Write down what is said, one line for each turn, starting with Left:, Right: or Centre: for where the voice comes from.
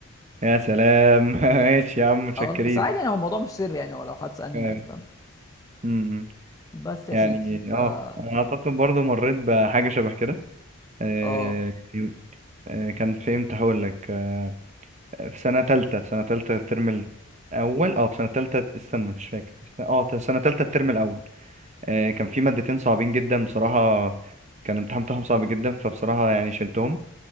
Right: يا سلام <laughs> ماشي يا عم متشكرين
Left: اه والله، بس عادي يعني هو الموضوع مش سر يعني ولو حد سألني
Right: أيوة.
Left: هيفهم
Right: امم امم.
Left: بس يا
Right: يعني
Left: سيدي فا
Right: اه انا اعتقد برضو مريت بحاجة شبه كده آه،
Left: اه
Right: آه، كان في امتى هقول لك آه، في سنة تالتة في سنة تالتة الترم الأول أو في سنة تالتة استنى مش فاكر است- اه في سنة تالتة الترم الأول آه، كان في مادتين صعبين جدا بصراحة كان الامتحان بتاعهم صعب جدا فبصراحة يعني شلتهم